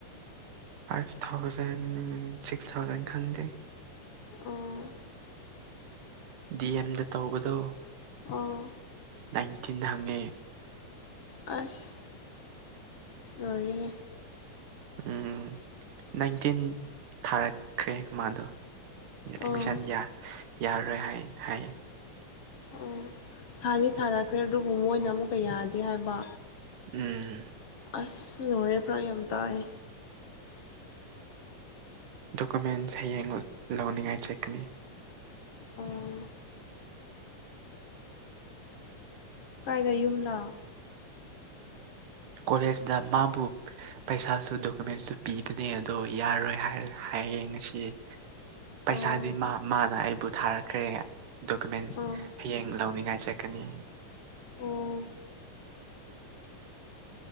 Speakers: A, on the right; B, on the left.
A: ꯐꯥꯏꯚ ꯊꯥꯎꯖꯟ ꯁꯤꯛꯁ ꯊꯥꯎꯖꯟ ꯈꯪꯗꯦ
B: ꯑꯣ
A: ꯗꯤ ꯑꯦꯝꯗ ꯇꯧꯕꯗꯣ
B: ꯑꯣ
A: ꯅꯥꯏꯟꯇꯤꯟꯗ ꯍꯪꯉꯦ
B: ꯑꯁ ꯌꯔꯤ
A: ꯎꯝ ꯅꯥꯏꯟꯇꯤꯟ ꯊꯥꯔꯛꯈ꯭ꯔꯦ ꯃꯥꯗꯣ ꯑꯦꯗꯃꯤꯁꯟ
B: ꯑꯣ
A: ꯌꯥꯔꯔꯣꯏ ꯍꯥꯏ ꯍꯥꯏꯌꯦ
B: ꯑꯣ ꯊꯥꯗꯤ ꯊꯥꯔꯛꯈ꯭ꯔꯦ ꯑꯗꯨꯕꯨ ꯃꯣꯏꯅ ꯑꯃꯨꯛꯀ ꯌꯥꯗꯦ ꯍꯥꯏꯕ
A: ꯎꯝ
B: ꯑꯁ ꯂꯉꯔꯦ ꯐꯔꯥ ꯌꯥꯝ ꯇꯥꯏ
A: ꯗꯣꯀꯨꯃꯦꯟꯁ ꯍꯌꯦꯡ ꯂꯧꯅꯤꯡꯉꯥꯏ ꯆꯠꯀꯅꯤ
B: ꯎ ꯀꯥꯏꯗ ꯌꯨꯝꯗ
A: ꯀꯣꯂꯦꯖꯇ ꯃꯥꯕꯨ ꯄꯩꯁꯥꯁꯨ ꯗꯣꯀꯨꯃꯦꯟꯁꯁꯨꯨ ꯄꯤꯕꯅꯦ ꯑꯗꯣ ꯌꯥꯔꯣꯏ ꯍꯥꯏꯌꯦꯦ ꯉꯁꯤ ꯄꯩꯁꯥꯗꯤ
B: ꯑꯣ
A: ꯃꯥ ꯃꯥꯅ ꯑꯩꯕꯨ ꯊꯥꯔꯛꯈ꯭ꯔꯦ ꯗꯣꯀꯨꯃꯦꯟꯁ
B: ꯑꯣ
A: ꯍꯌꯦꯡ ꯂꯧꯅꯤꯡꯉꯥꯏ ꯆꯠꯀꯅꯤ
B: ꯑꯣ